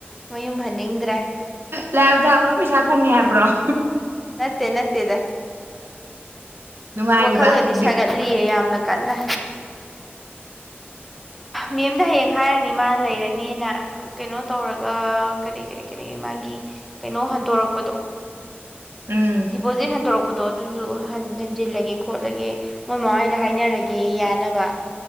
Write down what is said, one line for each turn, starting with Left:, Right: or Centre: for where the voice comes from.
Centre: ꯃꯌꯨꯝ ꯍꯟꯅꯤꯡꯗ꯭ꯔꯦ
Right: ꯂꯥꯏꯚ ꯊꯥꯕ ꯄꯩꯁꯥ ꯐꯪꯉꯦ ꯍꯥꯏꯕ꯭ꯔꯣ ꯍꯝ
Centre: ꯅꯠꯇꯦ ꯅꯠꯇꯦꯗ
Right: ꯅꯨꯡꯉꯥꯏꯔꯤꯕ
Centre: ꯑꯁ ꯋꯥꯈꯜꯒꯗꯤ
Right: ꯕꯤ
Centre: ꯁꯥꯒꯠꯂꯤꯌꯦ ꯌꯥꯝꯅ ꯀꯟꯅ ꯃꯦꯝꯗ ꯍꯌꯦꯡ ꯍꯥꯏꯔꯅꯤ ꯃꯥ ꯂꯩꯔꯅꯤꯅ ꯀꯩꯅꯣ ꯇꯧꯔꯒ ꯀꯔꯤ ꯀꯔꯤ ꯀꯔꯤ ꯃꯥꯒꯤ ꯀꯩꯅꯣ ꯍꯟꯗꯣꯔꯛꯄꯗꯣ
Right: ꯎꯝ
Centre: ꯗꯤꯄꯣꯖꯤꯠ ꯍꯟꯗꯣꯔꯛꯄꯗ ꯑꯗꯣ ꯑꯗꯨꯁꯨ ꯍ ꯍꯟꯖꯤꯜꯂꯒꯦ ꯈꯣꯠꯂꯒꯦ ꯃꯣꯏ ꯃꯃꯥ ꯍꯣꯏꯗ ꯍꯥꯏꯅꯔꯒꯦꯌꯦ ꯌꯥꯅꯕ